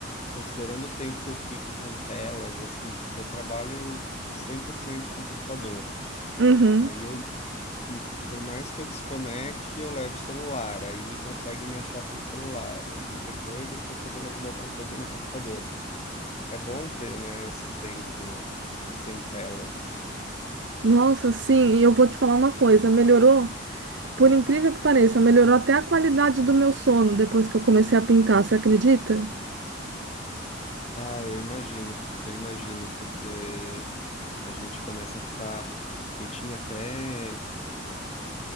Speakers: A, on the left (about 35°); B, on the right (about 65°).
A: considerando o tempo que eu fico com telas, assim, porque eu trabalho 100% com computador.
B: Uhum.
A: Aí eu, hum, por mais que eu desconecte, eu levo o celular, aí consegue me achar pelo celular. Aí depois eu tô fazendo alguma outra coisa no computador. É bom ter, né, esse tempo sem telas, assim.
B: Nossa, sim, e eu vou te falar uma coisa, melhorou, por incrível que pareça, melhorou até a qualidade do meu sono depois que eu comecei a pintar, você acredita?
A: Ah, eu imagino, eu imagino, porque a gente começa a ficar. Eu tinha até